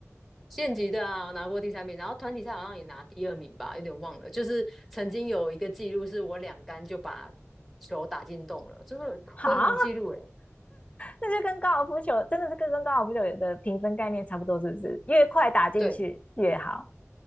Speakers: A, in the centre; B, on the left (about 25°).
A: 县级的啊，我拿过第三名，然后团体赛好像也拿第二名吧，有点忘了，就是曾经有一个记录是我两杆就把球打进洞了，就是辉煌记录诶，
B: 好，那就跟高尔夫球真的是跟跟高尔夫球有的评分概念差不多，是不是？越快打进去越好。
A: 对，